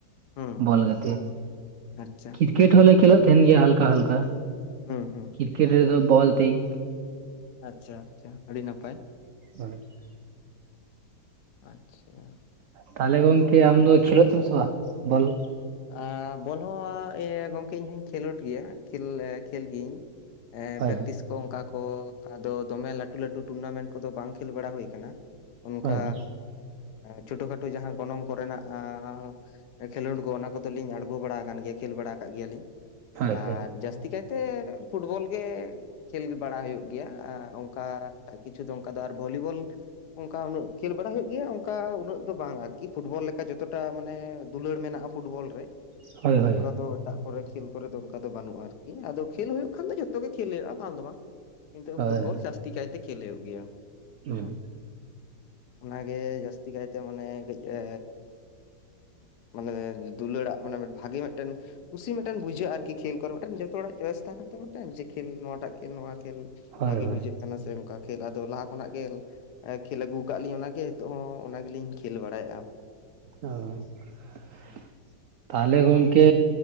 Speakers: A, on the left (about 70°); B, on the right (about 85°).
A: ᱦᱩᱸ
B: ᱵᱚᱞ
A: ᱦᱩᱸ
B: ᱜᱟᱛᱮ
A: ᱟᱪᱪᱷᱟ
B: ᱠᱨᱤᱠᱮᱴ ᱦᱚᱞᱮ ᱠᱷᱮᱞᱳᱜ ᱛᱟᱦᱮᱱ ᱜᱮᱭᱟ ᱦᱟᱞᱠᱟ ᱦᱟᱞᱠᱟ᱾
A: ᱦᱩᱸ ᱦᱩᱸ
B: ᱠᱨᱤᱠᱮᱴ ᱨᱮᱫᱚ ᱵᱚᱞ ᱛᱤᱧ,
A: ᱟᱪᱪᱷᱟ ᱟᱪᱷᱟ ᱟᱹᱰᱤ ᱱᱟᱯᱟᱭ᱾
B: <unintelligible>
A: ᱟᱪᱪᱷᱟ
B: ᱛᱟᱦᱚᱞᱮ ᱜᱚᱝᱠᱮ ᱟᱢ ᱫᱚ ᱠᱷᱮᱞᱳᱜ ᱛᱮᱢ ᱥᱮ ᱵᱟ ᱵᱚᱞ?
A: ᱟᱻ ᱵᱚᱞ ᱦᱚᱸ ᱤᱭᱟᱹ ᱜᱚᱢᱠᱮ ᱤᱧ ᱦᱚᱧ ᱠᱷᱮᱞᱳᱰ ᱜᱮᱭᱟ ᱠᱷᱮᱞ ᱜᱤᱭᱤᱧ᱾ ᱮᱸ
B: ᱦᱳᱭ
A: ᱯᱮᱠᱴᱤᱥ, ᱠᱚ ᱚᱱᱠᱟ ᱠᱚ ᱟᱫᱚ ᱫᱚᱢᱮ ᱞᱟᱹᱴᱩ ᱞᱟᱹᱴᱩ ᱴᱩᱨᱱᱟᱢᱮᱱᱴ ᱠᱚᱫᱚ ᱵᱟᱝ ᱠᱷᱮᱞ ᱵᱟᱲᱟ ᱦᱳᱭ ᱠᱟᱱᱟ᱾ ᱚᱱᱠᱟᱻ
B: ᱦᱳᱭ ᱦᱳᱭ ᱦᱳᱭ
A: ᱪᱷᱳᱴᱳ ᱠᱷᱟᱴᱳ ᱡᱟᱦᱟᱸ ᱜᱚᱱᱚᱝ ᱠᱚᱨᱮᱱᱟᱜ ᱟᱻ ᱠᱷᱮᱞᱳᱰ ᱠᱚ ᱚᱱᱟ ᱠᱚᱫᱚ ᱞᱤᱧ ᱟᱬᱜᱚ ᱵᱟᱲᱟ ᱟᱠᱟᱱ ᱜᱮᱭᱟ ᱠᱷᱮᱞ ᱵᱟᱲᱟ ᱟᱠᱟᱫ ᱜᱮᱭᱟ ᱞᱤᱧ
B: ᱦᱳᱭ
A: ᱟᱨ ᱡᱟᱥ ᱛᱤᱠᱟᱹᱭᱛᱮ ᱯᱷᱩᱴᱵᱚᱞ ᱜᱮ ᱠᱷᱮᱞ ᱜᱮ ᱵᱟᱲᱟ ᱦᱩᱭᱩᱜ ᱜᱮᱭᱟ ᱟ ᱚᱱᱠᱟ ᱴᱟᱜ ᱠᱤᱪᱷᱩ ᱫᱚ ᱚᱱᱠᱟ ᱫᱚ ᱟᱨ ᱵᱚᱞᱤᱵᱚᱞ ᱚᱱᱠᱟ ᱩᱱᱟᱹᱜ ᱠᱷᱮᱞ ᱵᱟᱲᱟ ᱦᱩᱭᱩᱜ ᱜᱮᱭᱟ ᱚᱱᱠᱟ ᱩᱱᱟᱹᱜ ᱫᱚ ᱵᱟᱝ ᱟᱨᱠᱤ ᱯᱷᱩᱴᱵᱚᱞ ᱞᱮᱠᱟ ᱡᱚᱛᱚᱴᱟ ᱢᱟᱱᱮ ᱫᱩᱞᱟᱹᱲ ᱢᱮᱱᱟᱜᱼᱟ᱾ ᱯᱷᱩᱴᱵᱚᱞ ᱨᱮ
B: ᱦᱳᱭ ᱦᱳᱭ ᱦᱳᱭ
A: ᱚᱱᱠᱟ ᱫᱚ ᱮᱴᱟᱜ ᱠᱚᱨᱮ ᱠᱷᱮᱞ ᱠᱚᱨᱮ ᱫᱚ ᱚᱱᱠᱟ ᱫᱚ ᱵᱟᱹᱱᱩᱜᱼᱟ᱾ ᱟᱨᱠᱤ ᱟᱫᱚ ᱠᱷᱮᱞ ᱦᱩᱭᱩᱜ ᱠᱷᱟᱱ ᱫᱚ ᱡᱚ ᱛᱚᱜᱮ ᱠᱷᱮᱞ ᱦᱩᱭᱩᱜᱼᱟ ᱵᱟᱝ ᱫᱚ ᱵᱟᱝ ᱠᱤᱱᱛᱩ
B: ᱦᱳᱭ
A: ᱯᱷᱩᱴᱵᱚᱞ
B: ᱦᱳᱭ
A: ᱡᱟᱹᱥᱛᱤ ᱠᱟᱭᱛᱮ ᱠᱷᱮᱞ ᱦᱩᱭᱩᱜ ᱜᱮᱭᱟ
B: ᱦᱩᱸ
A: ᱦᱮᱸ ᱚᱱᱟᱜᱮ ᱡᱟᱹᱥᱛᱤ ᱠᱟᱭᱛᱮ ᱢᱟᱱᱮ ᱠᱟᱹᱡ ᱮᱻ ᱢᱟᱱᱮ ᱫᱩᱞᱟᱹᱲᱟᱜ ᱢᱟᱱᱮ ᱵᱷᱟᱜᱮ ᱢᱤᱫᱴᱮᱱ ᱠᱩᱥᱤ ᱢᱤᱫᱴᱮᱱ ᱵᱩᱡᱷᱟᱹᱜᱼᱟ ᱟᱨᱠᱤ ᱠᱷᱮᱞ ᱠᱚᱨᱮ ᱡᱚᱛᱚ ᱦᱚᱲᱟᱜ ᱪᱚᱭᱮᱥ ᱛᱟᱦᱮᱱᱟ ᱛᱚ ᱢᱮᱫᱴᱮᱱ ᱠᱷᱮᱞ ᱱᱚᱣᱟᱴᱟᱜ ᱠᱷᱮᱞ ᱱᱚᱣᱟ ᱠᱷᱮᱞ
B: ᱦᱳᱭ
A: ᱵᱷᱟᱜᱮ
B: ᱦᱳᱭ
A: ᱵᱩᱡᱷᱟᱹᱜ ᱠᱟᱱᱟ ᱥᱮ ᱚᱱᱠᱟ ᱠᱷᱮᱞ ᱟᱫᱚ ᱞᱟᱦᱟ ᱠᱷᱚᱱᱟᱜ ᱜᱮ ᱮᱸ ᱠᱷᱮᱞ ᱟᱹᱜᱩ ᱠᱟᱜᱼᱟ ᱞᱤᱧ ᱚᱱᱟᱜᱮ ᱱᱤᱛᱚᱜ ᱦᱚᱸ ᱚᱱᱟ ᱜᱮᱞᱤᱧ ᱠᱷᱮᱞ ᱵᱟᱲᱟᱭᱮᱜᱼᱟ᱾
B: <unintelligible> ᱛᱟᱦᱚᱞᱮ ᱜᱚᱝᱠᱮ